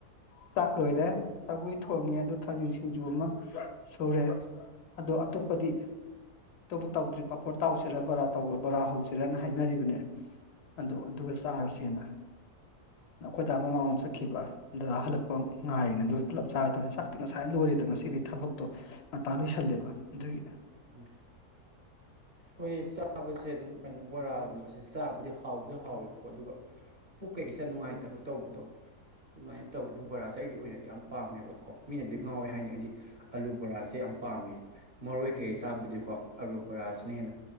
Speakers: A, on the left; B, on the right.
A: ꯆꯥꯛ ꯂꯣꯏꯔꯦ ꯁꯧꯒꯔꯤ ꯊꯣꯡꯉꯦ ꯑꯗꯨ ꯊꯥꯡꯖꯤꯡ ꯁꯤꯡꯖꯨ ꯑꯃ ꯁꯨꯔꯦ ꯑꯗꯣ ꯑꯇꯣꯞꯄꯗꯤ ꯑꯇꫭꯞꯄꯥ ꯇꯧꯗ꯭ꯔꯤ ꯄꯥꯐꯣꯔ ꯇꯥꯎꯁꯤꯔꯥ ꯕꯣꯔꯥ ꯇꯧ ꯕꯣꯔꯥ ꯍꯧꯁꯤꯔꯅ ꯍꯥꯏꯅꯔꯤꯕꯅꯦ ꯑꯗꯨ ꯑꯗꯨꯒ ꯆꯥꯔꯁꯦꯅ ꯑꯩꯈꯣꯏ ꯗꯥ ꯃꯃꯥꯡꯣꯝ ꯆꯠꯈꯤꯕ ꯗꯗꯥ ꯍꯜꯂꯛꯄ ꯉꯥꯏꯔꯤꯅꯤ ꯑꯗꯨ ꯄꯨꯂꯞ ꯆꯥꯔꯗꯧꯅꯤ ꯆꯥꯛꯇꯤ ꯉꯁꯥꯏ ꯂꯣꯏꯔꯦꯗꯅ ꯉꯁꯤꯗꯤ ꯊꯕꯛꯇꯣ ꯉꯟꯇꯥ ꯂꯣꯏꯁꯜꯂꯦꯕ ꯑꯗꯨꯏ
B: ꯎꯝ ꯍꯣꯏ ꯆꯥꯕꯁꯦ ꯑꯗꯨꯝ ꯀꯩꯅꯣ ꯕꯣꯔꯥꯒꯨꯝꯕꯖꯦ ꯆꯥꯕꯗꯤ ꯍꯥꯎꯕꯗꯤ ꯍꯥꯎꯋꯦꯕꯀꯣ ꯑꯗꯨꯒ ꯄꯨꯛ ꯀꯩꯀꯩ ꯁꯦ ꯌꯝ ꯅꯨꯡꯉꯥꯏꯇꯕ ꯇꯧꯕꯗꯣ ꯑꯗꯨꯃꯥꯏꯅ ꯇꯧꯋꯤꯅ ꯕꯣꯔꯥꯁꯦ ꯑꯩꯒꯤ ꯑꯣꯏꯅꯗꯤ ꯌꯥꯝ ꯄꯥꯝꯃꯦꯕꯀꯣ ꯃꯤꯅꯗꯤ ꯉꯥꯎꯋꯦ ꯍꯥꯏꯅꯤ ꯑꯩꯗꯤ ꯑꯂꯨ ꯕꯣꯔꯥꯖꯦ ꯌꯥꯝ ꯄꯥꯝꯃꯦ ꯃꯔꯣꯏ ꯀꯩꯀꯩ ꯆꯥꯕꯨꯗꯤꯀꯣ ꯑꯥꯔꯨ ꯕꯣꯔꯥꯁꯤꯅ ꯍꯦꯟꯅ